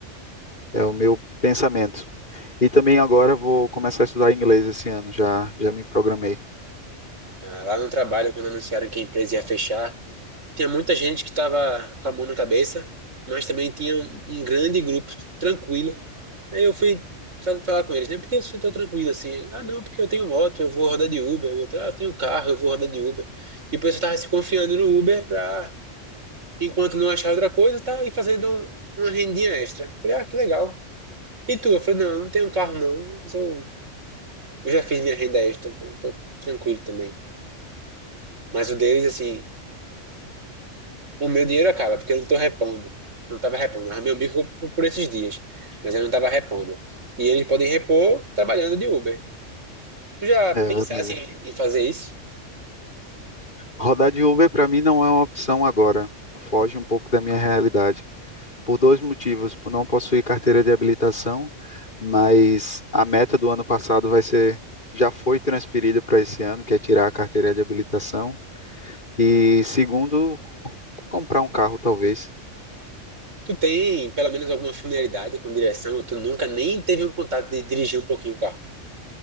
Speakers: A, on the left; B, on the right.
A: é o meu pensamento. E também agora vou começar a estudar inglês esse ano, já, já me programei.
B: Ah, lá no trabalho, quando anunciaram que a empresa ia fechar, Tinha muita gente que estava com a mão na cabeça, mas também tinha um, um grande grupo tranquilo. Aí eu fui fa- falar com eles, né? Por que vocês estão tranquilos assim? Ah, não, porque eu tenho moto, eu vou rodar de Uber. O outro, ah, eu tenho carro, eu vou rodar de Uber. E o pessoal estava se confiando no Uber para, enquanto não achar outra coisa, tá e fazendo um- uma rendinha extra. Falei, ah, que legal. E tu? Eu falei, não, eu não tenho carro não. Eu, sou- eu já fiz minha renda extra, então tô tranquilo também. Mas o deles, assim. O meu dinheiro acaba, porque eu não tô repondo. Não tava repondo. Eu arrumei um bico por, por esses dias, mas eu não tava repondo. E eles podem repor trabalhando de Uber. Tu já
A: É
B: pensasse
A: verdade.
B: em, em fazer isso?
A: Rodar de Uber para mim não é uma opção agora. Foge um pouco da minha realidade. Por dois motivos, por não possuir carteira de habilitação, mas a meta do ano passado vai ser já foi transferida para esse ano, que é tirar a carteira de habilitação. E segundo, comprar um carro talvez.
B: Tu tem pelo menos alguma familiaridade com direção? ou Tu nunca nem teve um contato de dirigir um pouquinho o carro?